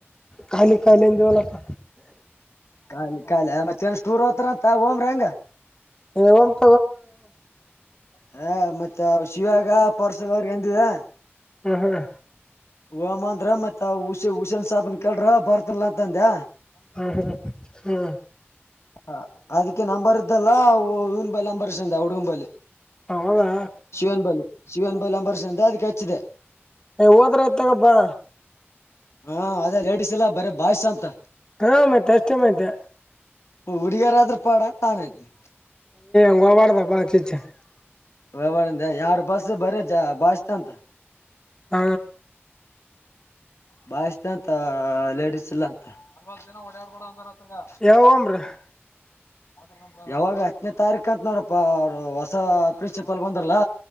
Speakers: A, on the left; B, on the left.
A: ಖಾಲಿ ಖಾಯಲೆದಳಪ್ಪ
B: ಖಾಲಿ ಖಾಲಿ ಆ ಮತ್ತೆನ ಸ್ಟೋರ್ ಹತ್ರ ಅಂತ ಓಮ್ರ ಹಂಗ
A: ಹಂ <unintelligible>
B: ಹಾ ಮತ್ತೆ ಶಿವಾಗ ಪರ್ಸಗ ಅವ್ರಿಗೆ ಎಂದಿವ
A: ಹ್ಮ ಹ್ಮ್
B: ಹೋಮಂದ್ರ ಮತ್ತತ್ ಹುಸೆ ಹುಸೇನ್ ಸಾಬನ್ ಕೇಳಲ್ ಬರ್ತನ್ ಅಂತಂದೆ
A: ಹಾ ಹಾ ಹಾ
B: ಹ ಅದಕ್ಕೆ ನಂಬರ್ ಇದ್ದಲ್ಲ ಇವನ್ ಬಲ್ ನಂಬರ್ಸಂದೆ ಹಡುಗಂಬಲ್ಲಿ
A: ಹೌದಾ
B: ಶಿವನ್ ಬಲಿ ಶಿವನ್ ಬಲಿ ಅಂಬರ್ಷ ಅಂತ ಅದಕ್ಕೆ ಹಚ್ಚಿದೆ
A: ಹೋದ್ರ ಹೋಗತಪ್ಪಾ
B: ಹಾ ಅದೇ ಲೇಡಿಸಸ್ ಎಲ್ಲಾ ಬರೀ ಬಾಯ್ಸ ಅಂತ
A: ಆ ಮತ್ತೆ ಅಷ್ಟೇಯ್ತೆ
B: ಹುಡುಗರಾದ್ರರು ಪಡ ತಾನ ಐ್ನನೆ
A: <unintelligible>
B: ವ್ಯವಹಾರಂದ ಎರಡ್ ಬಸ್ ಬರ ಜ ಬಸ್ತ ಅಂತ
A: ಹ
B: ಬಸ್ ಅಂತ ಲೇಡಿಸಸ್ ಇಲ್ಲ ಅಂತ ಅಲ್ವತ್ತು ದಿನ ಹೊಡ ಆಡು ಬಡ
A: ಯಾವ ಹೋಮ್ರ
B: <unintelligible> ಯಾವಾಗ ಹತ್ತನೇ ತಾರೀಖ ಅಂತ ನೋಡಪ್ಪ ಅವರು ಹೊಸ ಪ್ರಿನ್ಸಿಪಾಲ್ ಬಂದ್ರಲ್ಲಾ